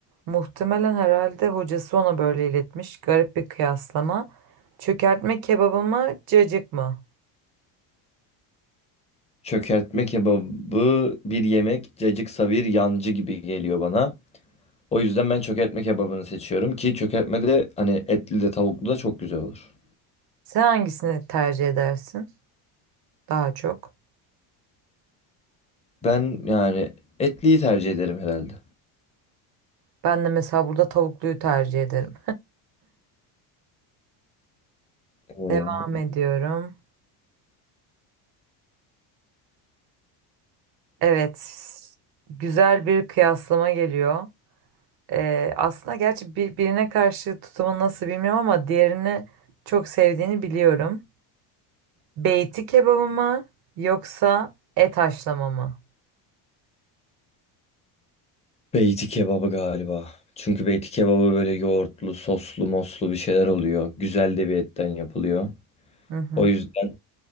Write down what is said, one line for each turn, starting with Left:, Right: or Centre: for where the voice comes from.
Right: muhtemelen herhalde hocası ona böyle iletmiş. Garip bir kıyaslama. Çökertme kebabı mı, cacık mı?
Left: Çökertme kebabı bir yemek, cacıksa bir yancı gibi geliyor bana. O yüzden ben çökertme kebabını seçiyorum ki çökertme de hani etli de tavuklu da çok güzel olur.
Right: Sen hangisini tercih edersin daha çok?
Left: Ben yani etliyi tercih ederim herhalde.
Right: Ben de mesela burada tavukluyu tercih ederim.
Left: Ee,
Right: Devam ediyorum. Evet, güzel bir kıyaslama geliyor. Ee, aslında gerçi bir, birine karşı tutumun nasıl bilmiyorum ama diğerini çok sevdiğini biliyorum. Beyti kebabı mı yoksa et haşlama mı?
Left: Beyti kebabı galiba. Çünkü beyti kebabı böyle yoğurtlu, soslu, moslu bir şeyler oluyor. Güzel de bir etten yapılıyor.
Right: Hı hı.
Left: O yüzden